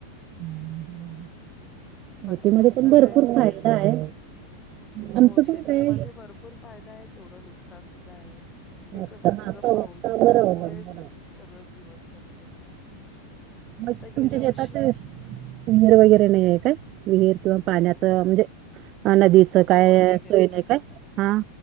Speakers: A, on the right; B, on the left.
A: हम्
B: बाकी
A: शेतीमध्ये
B: तुमचं
A: पण भरपूर
B: काय वगैरे
A: फायदा आहे आमच
B: हो शेतीमध्ये
A: पण काय
B: भरपूर फायदा आहे तेवढं नुकसान सुद्धा आहे ते
A: आता
B: कसं सगळं
A: हा पावसावर
B: पावसांमुळेच
A: अवलंबून आहे.
B: सगळं जीवन जगतें ना
A: म
B: आता गेल्या
A: तुमच्या शेतात
B: वर्षी
A: विहीर वगैरे नाही आहे का विहीर किंवा पाण्याच म्हणजे, अ नदीच काय
B: बोर वगैरे
A: सोय नाही काय हा